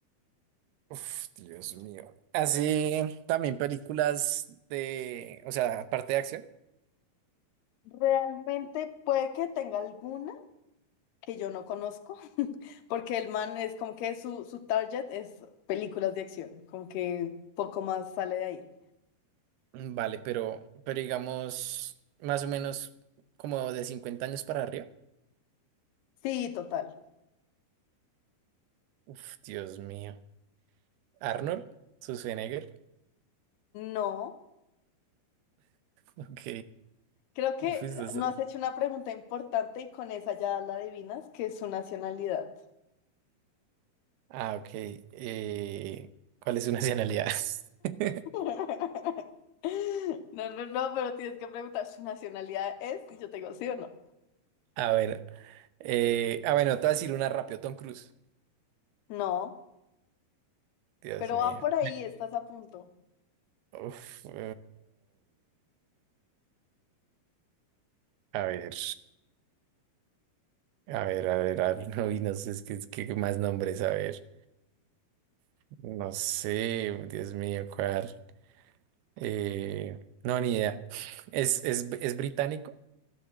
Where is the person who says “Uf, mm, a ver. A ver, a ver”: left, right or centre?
Right